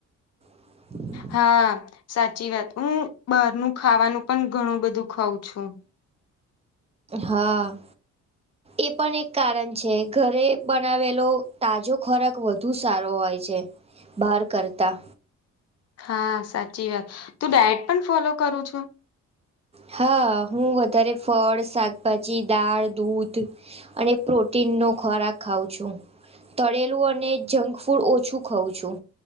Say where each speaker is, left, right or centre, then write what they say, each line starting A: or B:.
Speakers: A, on the right (about 20°); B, on the left (about 55°).
A: <inaudible>
B: હા સાચી વાત હું બારનું ખાવાનું પણ ઘણું બધું ખઉં છું.
A: હા.
B: <inaudible>
A: એ પણ એક કારણ છે ઘરે બનાવેલો તાજો ખોરાક વધુ સારો હોય છે. બાર કરતા
B: હા સાચી વાત તું ડાયટ પણ ફોલો કરું છું?
A: હા હું વધારે ફળ, શાકભાજી, દાળ, દૂધ, અને પ્રોટીન નો ખોરાક ખાવં છું. તળેલું અને જંક ફૂડ ઓછું ખઉં છું.